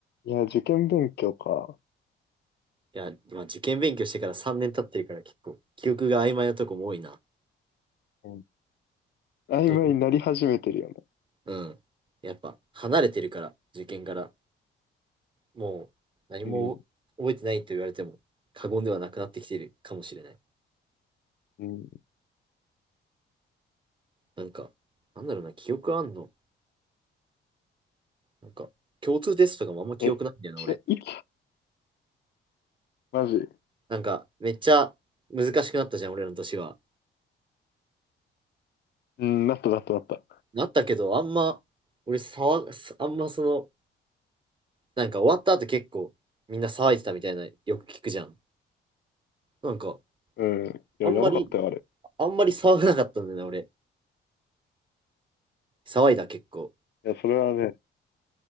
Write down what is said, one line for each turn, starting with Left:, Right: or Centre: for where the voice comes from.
Left: いや、受験勉強か。
Right: いや、まあ、受験勉強してから3年経ってるから結構記憶が曖昧なとこも多いな。
Left: うん、曖昧になり始めてるよね。
Right: どううん。やっぱ離れてるから、受験から。もう何も覚えてないと言われても過言ではなくなってきてるかもしれない。
Left: うん、うん。
Right: なんか、なんだろうな、記憶あんのなんか、共通テストとかもあんま記憶ないんだよな、
Left: え、え
Right: 俺。
Left: いつマジ
Right: なんか、めっちゃ難しくなったじゃん、俺の年は。
Left: うん、なったなったなった。
Right: なったけど、あんま、俺騒が、あんまその、なんか終わった後結構みんな騒いでたみたいな、よく聞くじゃん。なんか、
Left: うん。いや、
Right: あんまり
Left: やばかったよ、あれ。
Right: あんまり騒がなかったんだよな、俺。騒いだ、結構。
Left: いや、それはね、